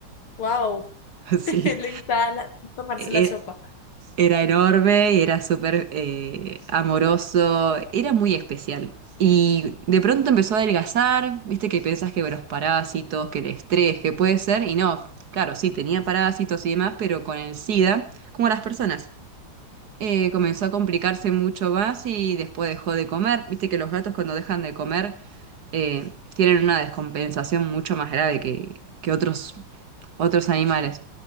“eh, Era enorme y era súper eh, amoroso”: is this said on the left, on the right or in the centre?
Right